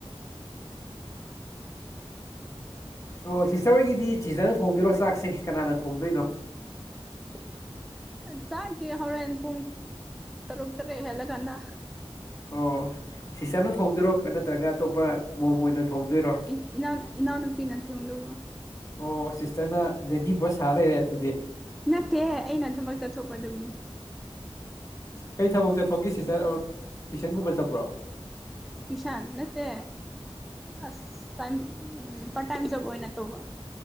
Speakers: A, on the left (about 30°); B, in the centre.
A: ꯑꯣ ꯁꯤꯁꯇꯔ ꯍꯣꯏꯒꯤꯗꯤ ꯁꯤꯇꯔꯅ ꯊꯣꯡꯗꯣꯏꯔꯣ ꯆꯥꯛꯁꯦ ꯀꯅꯥꯅ ꯊꯣꯡꯗꯣꯏꯅꯣ
B: ꯂꯧꯁꯤꯟꯕ ꯉꯝꯗꯕ ꯑ ꯆꯥꯛꯇꯤ ꯍꯧꯔꯦꯟ ꯄꯨꯡ ꯇꯔꯨꯛ ꯇꯔꯦꯠ ꯍꯦꯜꯂꯀꯥꯟꯗ
A: ꯑꯣ ꯁꯤꯁꯇꯔꯅ ꯊꯣꯡꯗꯣꯏꯔꯣ ꯅꯠꯇ꯭ꯔꯒ ꯑꯇꯣꯞꯄ ꯃꯣꯝ ꯑꯣꯏꯅ ꯊꯣꯡꯗꯣꯏꯔꯣ
B: ꯏ ꯏꯅꯥ ꯏꯅꯥꯎ ꯅꯨꯄꯤꯅ ꯊꯣꯡꯗꯣꯕ
A: ꯑꯣ ꯁꯤꯁꯇꯔꯅ ꯂꯦꯗꯤ ꯕꯣꯁ ꯁꯥꯔꯥ ꯂꯩꯔꯦ ꯑꯗꯨꯗꯤ
B: ꯅꯠꯇꯦ ꯑꯩꯅ ꯊꯕꯛ ꯆꯠꯊꯣꯛꯄꯗꯨꯒꯤꯅꯤ
A: ꯀꯔꯤ ꯊꯕꯛ ꯆꯠꯊꯣꯛꯀꯦ ꯁꯤꯁꯇꯔ ꯑ ꯇꯨꯏꯁꯟꯒꯨꯝꯕ ꯆꯠꯄ꯭ꯔꯣ
B: ꯇꯨꯏꯁꯥꯟ ꯅꯠꯇꯦ ꯑꯁ ꯇꯥꯏꯝ ꯎꯝ ꯄꯥꯔꯠ ꯇꯥꯏꯝ ꯖꯣꯕ ꯑꯣꯏꯅ ꯇꯧꯕ